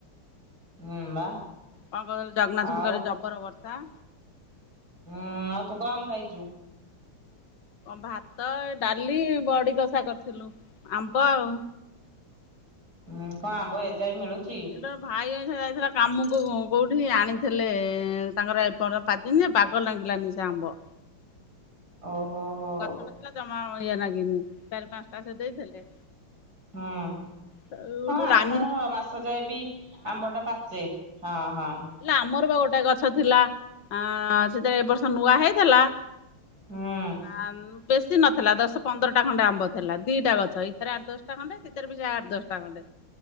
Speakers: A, on the right (about 45°); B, on the left (about 55°).
A: ହଁ ବା।
B: କଣ କହୁଥିଲ ଜଗନ୍ନାଥ
A: ଆଉ
B: ଗୁଡରେ ଜବର ବର୍ଷା।
A: ହୁଁ ଆଉ ତୁ କଣ ଖାଇଛୁ?
B: ଭାତ ଏ ଡାଲି ବଡି କଷା କରିଥିଲୁ ଆମ୍ବ ଆଉ
A: ହୁଁ କଣ ଆମ୍ବ ଏଯାଇ ମିଳୁଛି?
B: ଏଠ ଭାଇ ଏଥର ଯାଇଥିଲା କାମକୁ କୋଉଠି ଆଣିଥିଲେ ତାଙ୍କର ଏପ ପାତଦିନରେ ବାଗ ଲାଗିଲାନି ସେ ଆମ୍ଭ।
A: ଓହୋ ହୋ।
B: ଗଛଟା ଜମା ଅଳିଆ ନାଗିନି ଚାରି ପାଞ୍ଚଟାସ ଦେଇଥିଲେ।
A: ହୁଁ
B: ଗୋଟେ
A: ହଁ ଆଷାଢ
B: ରାନୀ
A: ମାସ ଯାଏ ବି ଆମ୍ବ ଟା ପାଚେ। ହଁ ହଁ।
B: ହେଲା ଆମର ବା ଗୋଟେ ଗଛ ଥିଲା ଅ ସେଟ ଏ ବର୍ଷ ନୂଆ ହେଇଥିଲା।
A: ହୁଁ
B: ଆ ବେଶୀ ନଥିଲା ଦଶ ପନ୍ଦରଟା ଖଣ୍ଡେ ଆମ୍ବ ଥିଲା ଦିଟା ଗଛ ଏଇଥରେ ଆଠ ଦଶଟା ଖଣ୍ଡେଥିରେ ସେଥିରେବି ଆଠ ଦଶଟା ଖଣ୍ଡେ।